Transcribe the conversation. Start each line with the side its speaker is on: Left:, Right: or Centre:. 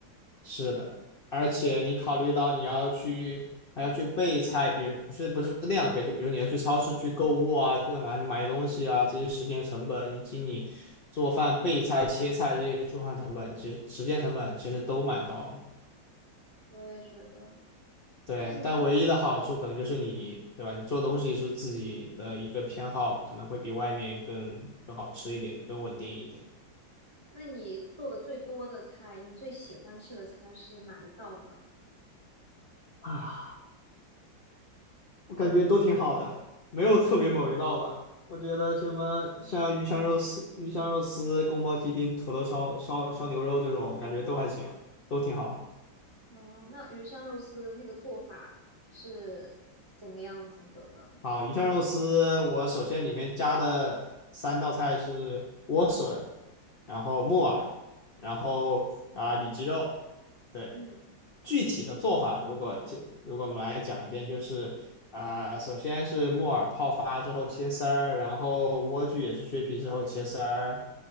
Left: 是的，而且你考虑到你要去还要去备菜，比如不是不是那样的备，就比如你要去超市去购物啊，干嘛你买东西啊这些时间成本，以及你做饭备菜切菜这些做饭成本，其实时间成本其实都蛮高的。
Right: 我也觉得。
Left: 对，
Right: 那你平时
Left: 但唯一的好处可能就是你，对吧？你做东西是自己的一个偏好，可能会比外面更更好吃一点，更稳定一点。
Right: 那你做的最多的菜，你最喜欢吃的菜是哪一道呢？
Left: 啊。我感觉都挺好的，没有特别某一道吧。我觉得什么像鱼香肉丝、鱼香肉丝、宫保鸡丁、土豆烧烧烧牛肉这种，感觉都还行，都挺好的。
Right: 嗯，那鱼香肉丝那个做法是怎么样子的呢？
Left: 好，鱼香肉丝，
Right: 可以，
Left: 我首先里面加的三道菜是莴笋，然后木耳，
Right: 嗯
Left: 然后啊里脊肉。对，
Right: 嗯
Left: 具体的做法，如果这如果我们来讲一遍，就是啊、首先是木耳泡发之后切丝儿，然后莴苣也是削皮之后切丝儿，